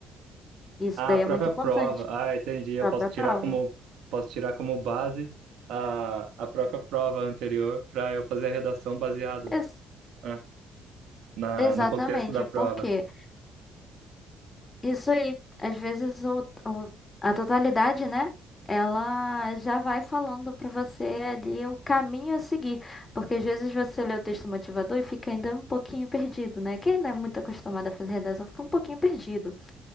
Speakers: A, on the left; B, on the right.
A: Isso
B: Ah,
A: daí
B: a própria
A: é muito importante
B: prova. Ah, entendi. Eu
A: para
B: posso
A: a própria
B: tirar
A: prova.
B: como, posso tirar como base a, a própria prova anterior para eu fazer a redação baseado,
A: Ex-
B: ah, na,
A: exatamente,
B: no contexto da prova.
A: porque Isso aí. Às vezes o, o- a totalidade, né? Ela já vai falando pra você ali o caminho a seguir. Porque às vezes você lê o texto motivador e fica ainda um pouquinho perdido, né? Quem não é muito acostumado a fazer redação fica um pouquinho perdido.